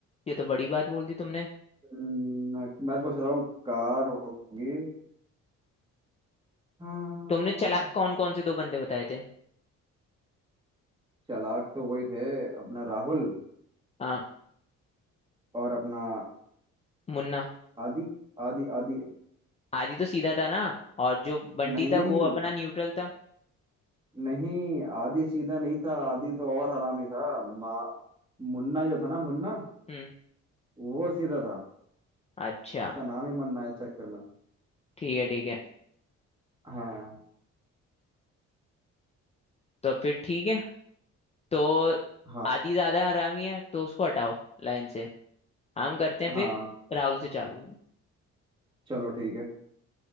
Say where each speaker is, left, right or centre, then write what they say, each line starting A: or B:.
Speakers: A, on the left; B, on the right.
A: ये तो बड़ी बात बोल दी तुमने
B: हम्म, मैं सोच रहा हूँ कार होगी हाँ
A: तुमने चालाक कौन कौन से दो बंदे बताए थे
B: चालाक तो वही थे अपना राहुल
A: हाँ
B: और अपना
A: मुन्ना
B: आदि आदि आदि
A: आदि तो सीधा था ना और जो बंटी
B: नहीं
A: था वो अपना न्यूट्रल था
B: नहीं आदि सीधा नहीं था आदि तो और हरामी था मा मुन्ना जो था ना मुन्ना
A: हम्म
B: वो सीधा था
A: अच्छा
B: उसका नाम ही मुन्ना है इस चक्कर में
A: ठीक है ठीक है
B: हाँ
A: तो फिर ठीक है तो
B: हाँ
A: आदि ज्यादा हरामी है तो उसको हटाओ लाइन से हम करते हैं
B: हाँ
A: फिर राहुल से चालू
B: चलो ठीक है